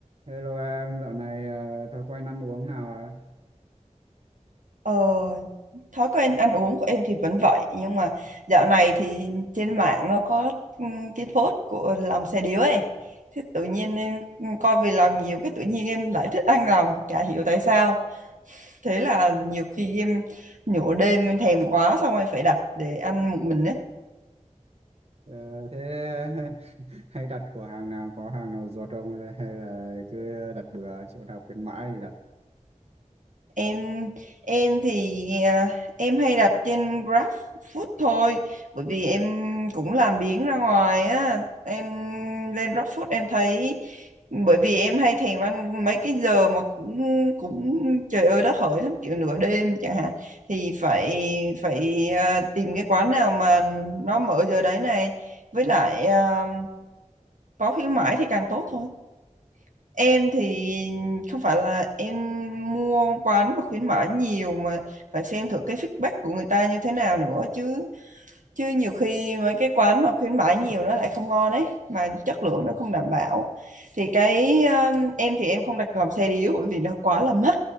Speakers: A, on the right; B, on the right.
A: Hello em, dạo này ờ, thói quen ăn uống nào ạ?
B: Ờ, thói quen ăn uống của em thì vẫn vậy nhưng mà dạo này thì trên mạng nó có ừm, cái post của lòng xe điếu ấy thế tự nhiên em ừ, coi về lòng nhiều cái tự nhiên em lại thích ăn lòng chả hiểu tại sao thế là nhiều khi em nửa đêm em thèm quá xong rồi phải đặt để ăn một mình ấy
A: Ờ, thế <laughs> hay đặt của hàng nào, có hàng nào ruột không hay hay là cứ đặt bừa chỗ nào khuyến mãi thì đặt?
B: em em thì à, em hay đặt trên GrabFood thôi bởi vì em cũng làm biếng ra ngoài á em lên GrabFood em thấy bởi vì em hay thèm ăn mấy cái giờ mà cũng cũng trời ơi đất hỡi lắm kiểu nửa đêm chẳng hạn thì phải phải à, tìm cái quán nào mà nó mở giờ đấy này với lại à, có khuyến mãi thì càng tốt thôi em thì không phải là em mua quán mà khuyến mãi nhiều mà phải xem thử cái feedback của người ta như thế nào nữa chứ chứ nhiều khi mấy cái quán mà khuyến mãi nhiều nó lại không ngon ấy mà chất lượng nó không đảm bảo thì cái um, em thì em không đặt lòng xe điếu bởi vì nó quá là mắc